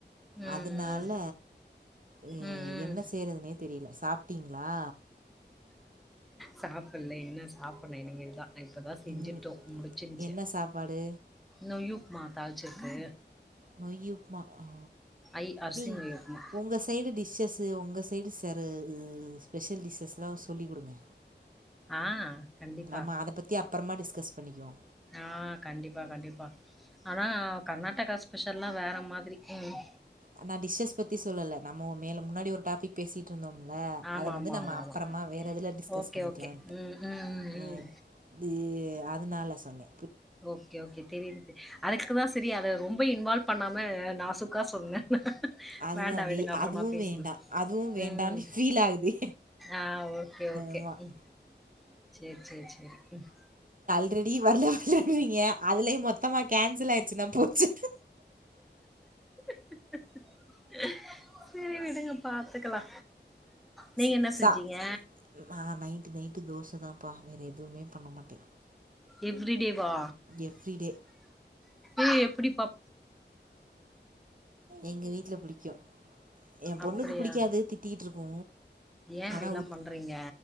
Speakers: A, in the centre; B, on the right (about 50°).
A: ம் ம்
B: அதுனால எ
A: ம் ம்
B: என்ன
A: ம்
B: செய்றதுனே தெரில சாப்டிங்ளா
A: சாப்பல்ல இன்னு சாப்புனு இனிமேல் தா அ இப்ப தா செஞ்சிட்டோ
B: இனிமே
A: முடிச்சின்ச்செ
B: என்ன சாப்பாடு
A: நொய்யுப்மா தாள்ச்சிருக்கு
B: நொய்யுப்மா அ
A: ஐ அரிசி
B: நீ
A: நொய் உப்மா
B: உங்க சைடு டிஷ்ஷஸு உங்க சைடு ஸ் வேற இது ஸ்பெஷல் டிஷ்ஷஸ்லா சொல்லி குடுங்க
A: அ கண்டிப்பா
B: நம்ம அத பத்தி அப்பறமா டிஸ்கஸ் பண்ணிக்குவோ
A: ஆ கண்டிப்பா கண்டிப்பா ஆனா கர்நாடகாஸ் பெஷல்லா வேற மாதிரி ம்
B: அ நா டிஷ்ஷஸ் பத்தி சொல்லல நம்மோ மேல முன்னாடி ஒரு டாபிக் பேசிட்டு இருந்தோமில்ல
A: ஆமா
B: அத வந்து
A: ஆமா
B: நம்ம
A: ஆமா
B: அப்பறமா
A: ஆமா
B: வேற இதுல டிஸ்கஸ்
A: ஓகே
B: பண்ணிக்லான்ட்டு
A: ஓகே ம் ம் ம் ம்
B: அ தி அதுனால சொன்னே
A: ஓகே ஓகே தெரிது தெ அதுக்குதா செரி அத ரொம்ப இன்வால்வ் பண்ணாம நாசுக்கா சொன்னே நா
B: அதுதான்
A: வேண்டா விடுங்க
B: வே
A: அப்பறமா
B: அதுவும்
A: பேசிக்ல
B: வேண்டாம் அதுவும் வேண்டான்னு
A: ம்
B: ஃபீல் ஆகுது
A: அ ஓகே ஓகே
B: ஆமாம்
A: ம் சேர் சேர் சேரி ம்
B: ல்ரெடி வர்ல வர்லன்றிங்க அதுலயு மொத்தமா கேன்சல் ஆயிருச்சுனா போச்சு
A: <unintelligible> சேரி விடுங்க பாத்துக்கலா நீங்க
B: ஸ்
A: என்ன
B: சா
A: செஞ்சீங்க
B: அ அ ஹா நைட்டு நைட்டு தோச தா ப்பா வேற எதுவுமே பண்ண மாட்டே
A: எவ்ரி டே வா
B: எவ்ரிடே
A: ஏ எப்டி
B: எங்க வீட்ல பிடிக்கு எ பொண்ணுக்கு
A: அப்டியா
B: பிடிக்காது திட்டிகிட்ருக்கு
A: ஏ இப்டிலா
B: ஆனா உ
A: பண்றீங்க